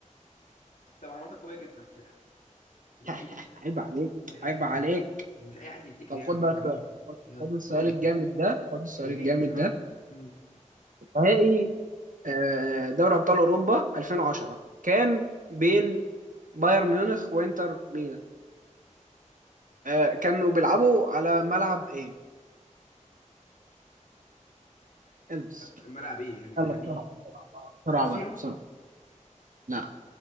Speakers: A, on the left (about 75°); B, on the right (about 85°).
A: انت معلوماتك قوية جدا على فكرة دي
B: <laughs>
A: حقيقة
B: عيب عليك
A: دي حقيقة
B: عيب
A: فعلا
B: عليك
A: يعني مش اي حد يفتكر
B: طب
A: يعني
B: خد
A: الحوار
B: بقى السؤال.
A: ده عموما
B: خد
A: يلا
B: خد السؤال
A: قول
B: الجامد
A: لي
B: ده خد السؤال
A: يا
B: الجامد
A: ريت يا رب
B: ده
A: مم.
B: نهائي آه، دوري ابطال اوروبا 2010 كان بين بايرن ميونخ وانتر ميلان آه، كانوا بيلعبوا على ملعب ايه البس
A: ملعب ايه يعني
B: يلا
A: يعني
B: بسرعه
A: ايه
B: بسرعه آه، بسرعه
A: سان سيرو
B: بقى بسرعه لا